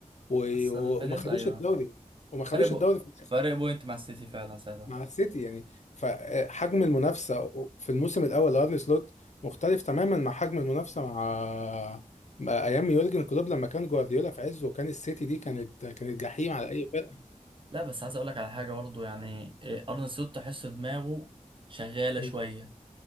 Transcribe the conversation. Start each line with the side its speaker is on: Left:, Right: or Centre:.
Left: و...
Right: السنه
Left: و...
Right: اللي فاتت
Left: وما خدوش
Right: ايوه
Left: الدوري وما خدوش
Right: فرق بو...
Left: الدوري في الاخر
Right: فرق بوينت مع السيتي فعلا ساعتها
Left: مع السيتي يعني فحجم المنافسه في الموسم الاول لارني سلوت مختلف تماما مع حجم المنافسه مع مع ايام يورجن كلوب لما كان جوارديولا في عزه وكان السيتي دي كانت كانت جحيم على اي فرقه
Right: لا بس عايز اقول لك على حاجه برضه يعني إيه، ارن سلوت تحس دماغه شغاله
Left: م-
Right: شويه